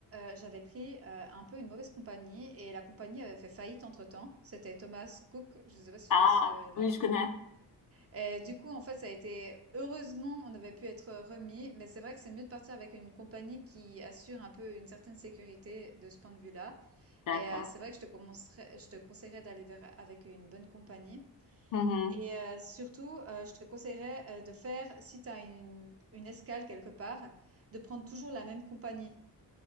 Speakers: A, on the right (about 35°); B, on the left (about 55°).
A: heu, j'avais pris, heu, un peu une mauvaise compagnie et la compagnie avait fait faillite entre-temps. C'était Thomas Cook, je sais pas si
B: Ah,
A: tu vois ce la
B: oui, je connais.
A: et du coup, en fait, ça a été heureusement, on avait pu être, remis, mais c'est vrai que c'est mieux de partir avec une compagnie qui assure un peu une certaine sécurité de ce point de vue-là.
B: D'accord.
A: Et euh, c'est vrai que je te commencerais- je te conseillerais d'aller vers, avec une bonne compagnie.
B: Mhm.
A: Et euh, surtout, euh, je te conseillerais euh, de faire, si tu as une, une escale quelque part, de prendre toujours la même compagnie.